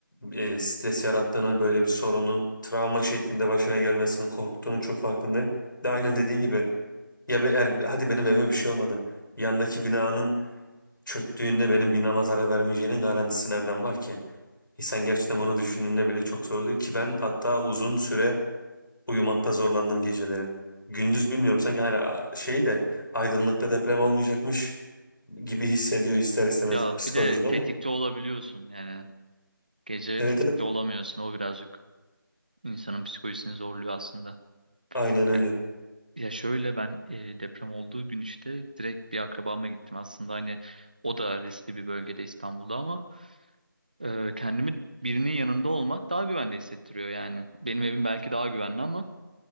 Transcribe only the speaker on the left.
e, stres yarattığını, böyle bir sorunun travma şeklinde başına gelmesinin korktuğunun çok farkındayım. De aynen dediğin gibi. Ya be, er- hadi benim evime bir şey olmadı. Yandaki binanın çöktüğünde benim binama zarar vermeyeceğinin garantisi nereden var ki? İnsan gerçekten bunu düşündüğünde bile çok zor oluyor ki ben hatta uzun süre uyumakta zorlandım geceleri. Gündüz bilmiyorum sanki hani a, şey de aydınlıkta deprem olmayacakmış gibi hissediyor ister istemez
psikolojim
ama.
Evet,
evet.
Aynen öyle.